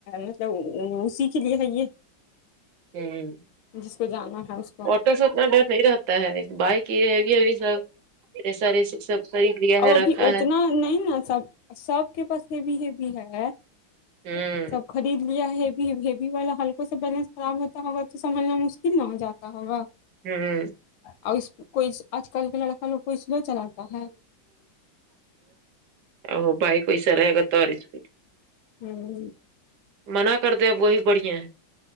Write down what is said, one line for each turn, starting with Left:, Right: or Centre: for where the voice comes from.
Left: مطلب اسی کے لیے ہے یہ
Right: رہتے ہوں
Left: جس کو جانا ہے اس کو
Right: آٹو سے اتنا ڈر نہیں رہتا ہے بائک یہ ہے سب اتنے سارے یہ سب خرید لیا
Left: اب
Right: ہے
Left: ابھی
Right: رکھا
Left: اتنا
Right: ہے
Left: نہیں نا سب سب کے پاس ہیوی ہیوی ہے
Right: ہوں
Left: سب خرید لیا ہے ہیبی والا ہلکوں س بیلنس خراب ہوتا ہوگا تو سنبھلنا مشکل نہ ہو جاتا ہوگا
Right: ہوں
Left: اور اس کوئی آج کل کا لڑکا لوگ کو اسلئے چلاتا ہے
Right: ا بائیک ویسا رہے گا تو اور سپیڈ
Left: ہوں ہوں
Right: منع کر دے اب وہی بڑھیا ہے